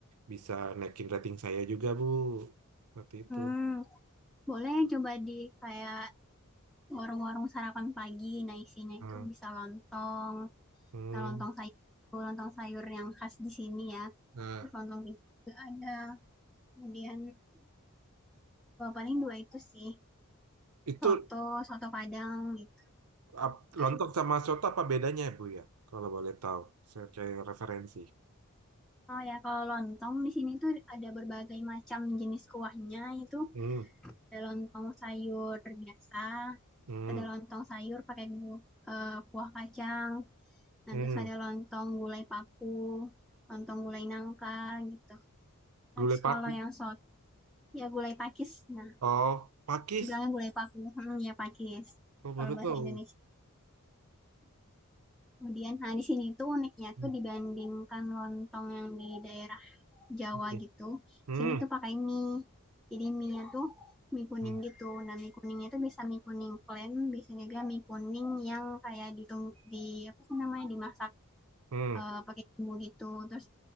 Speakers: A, on the right (about 75°); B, in the centre.
A: bisa naikin rating saya juga, Bu. Seperti itu.
B: Hmm, boleh coba di kayak warung-warung sarapan pagi. Nah, isinya
A: Hmm.
B: itu bisa lontong.
A: Hmm.
B: Nah, lontong sayur itu lontong sayur yang khas di sini ya.
A: Nah,
B: Terus lontong pisang juga ada. Kemudian eh, paling dua itu sih
A: itu
B: soto, soto Padang gitu
A: ap-
B: kan.
A: lontong sama soto apa bedanya Bu ya? Kalau boleh tahu, saya cari referensi.
B: Oh ya, kalau lontong di sini tuh ada berbagai macam jenis kuahnya. Itu
A: Hmm,
B: ada lontong sayur biasa,
A: hmm,
B: ada lontong sayur pakai gu- eh, kuah kacang, nah,
A: hmm.
B: terus ada lontong gulai paku, lontong gulai nangka gitu. Nah,
A: Gulai
B: Terus
A: pakis.
B: kalau yang sot, ya gulai pakis. Nah,
A: Oh, pakis.
B: dibilangnya gulai paku, hmm, ya pakis
A: Oh, baru
B: kalau bahasa
A: tahu.
B: Indonesia. Kemudian, nah di sini tuh uniknya
A: Hmm,
B: tuh dibandingkan lontong yang di daerah Jawa
A: oke.
B: gitu,
A: hmm,
B: sini tuh pakai mie. Jadi mie-nya tuh mie kuning
A: hmm,
B: gitu. Nah, mie kuningnya itu bisa mie kuning plain, bisa juga mie kuning yang kayak ditung di apa sih namanya dimasak
A: hmm.
B: eh, pakai bumbu gitu. Terus